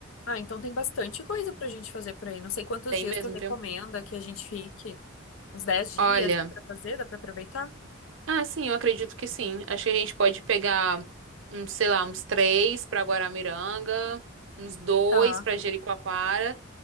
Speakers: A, on the left (about 85°); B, on the right (about 75°).
A: Ah, então tem bastante coisa pra gente fazer por aí. Não sei quantos
B: Tem
A: dias
B: mesmo,
A: tu recomenda
B: viu?
A: que a gente fique. Uns 10 dias,
B: Olha.
A: dá pra fazer? Dá pra aproveitar?
B: Ah, sim, eu acredito que sim. Acho que a gente pode pegar, uns, sei lá, uns três pra Guaramiranga, uns dois
A: Tá.
B: pra Jericoacoara,